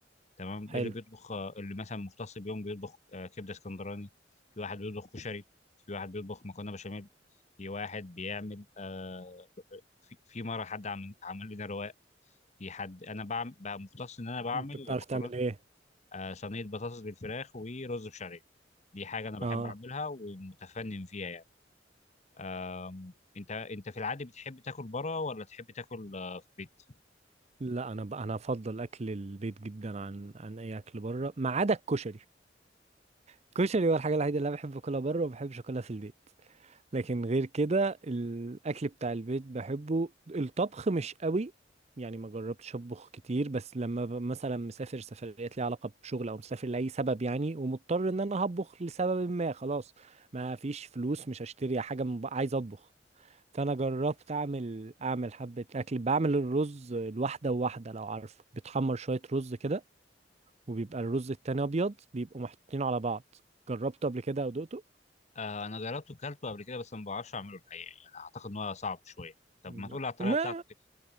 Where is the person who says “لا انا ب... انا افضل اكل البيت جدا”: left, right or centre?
Right